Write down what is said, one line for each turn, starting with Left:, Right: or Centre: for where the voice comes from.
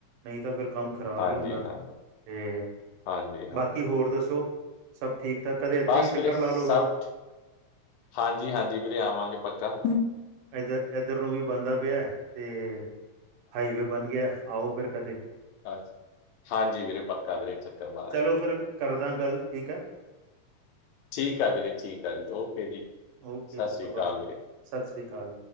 Right: ਨਹੀਂ ਤਾਂ ਫਿਰ ਕੰਮ ਖਰਾਬ
Left: ਹਾਂਜੀ
Right: ਹੀ ਹੁੰਦਾ
Left: ਹਾਂਜੀ
Right: ਤੇ
Left: ਹਾਂਜੀ ਹਾਂ
Right: ਬਾਕੀ ਹੋਰ ਦੱਸੋ ਸਭ ਠੀਕ- ਠਾਕ, ਕਦੇ ਇੱਥੇ
Left: ਬਸ
Right: ਵੀ ਚੱਕਰ
Left: ਵੀਰੇ ਸਭ
Right: ਲਾ ਲਓ ਫਿਰ
Left: ਠ- ਹਾਂਜੀ -ਹਾਂਜੀ ਵੀਰੇ ਆਵਾਂਗੇ ਪੱਕਾ
Right: ਇਧਰ ਇੱਧਰ ਨੂੰ ਵੀ ਬਣਦਾ ਪਿਆ ਤੇ ਹਾਈਵੇ ਬਣ ਗਿਆ ਆਓ ਫਿਰ ਕਦੇ
Left: ਅ ਹਾਂਜੀ ਵੀਰੇ ਪੱਕਾ ਇਕ ਚੱਕਰ ਮਾਰਾਂਗੇ
Right: ਚਲੋ ਫਿਰ ਕਰਦਾ ਗੱਲ ਠੀਕ ਹੈ
Left: ਠੀਕ ਆ ਵੀਰੇ ਠੀਕ ਆ ਜੀ ਓਕੇ ਜੀ
Right: ਓਕੇ
Left: ਸਤਿ ਸ਼੍ਰੀ
Right: ਬਾਏ
Left: ਅਕਾਲ
Right: ਬਾਏ,
Left: ਵੀਰੇ
Right: ਸਤਿ ਸ੍ਰੀ ਅਕਾਲ।